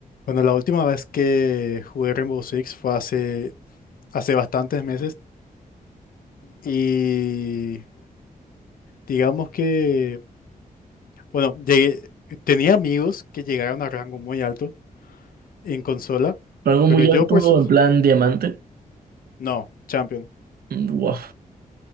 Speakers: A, on the left; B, on the right.
A: Bueno, la última vez que jugué Rainbow Six fue hace, hace bastantes meses y digamos que, bueno, llegué- tenía amigos que llegaron a rango muy alto en consola,
B: Pero algo
A: pero
B: muy
A: yo
B: alto,
A: pues
B: en plan diamante.
A: no, Champion.
B: mm, Wow.